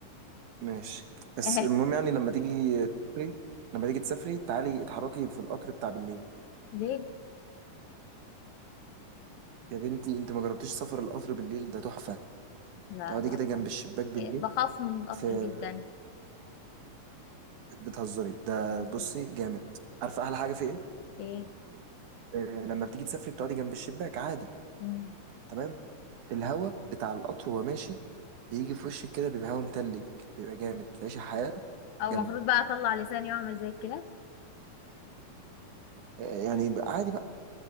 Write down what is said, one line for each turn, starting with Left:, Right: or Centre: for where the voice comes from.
Right: ماشي بس
Left: <laughs>
Right: المهم يعني لما تيجي تسافري لما تيجي تسافري تعالي اتحركي في القطر بتاع بالليل
Left: ليه
Right: يا بنتي انت ما جربتيش سفر القطر بالليل ده تحفة
Left: لا
Right: تقعدي
Left: لا
Right: كده جنب
Left: خالص
Right: الشباك بالليل
Left: إيه، بخاف من القطر
Right: في
Left: جدا
Right: بتهزري ده
Left: بجد.
Right: بصي جامد عارفة احلى حاجة في ايه
Left: ايه
Right: آه، لما بتيجي تسافري بتقعدي جنب الشباك عادي
Left: مم.
Right: تمام الهوا بتاع القطر وهو ماشي بيجي في وشك كده بيبقى هوا متلج بيبقى جامد تعيشي حياة
Left: او
Right: جامدة
Left: المفروض بقى اطلع لساني واعمل زي الكلاب
Right: يعني بقى عادي بقى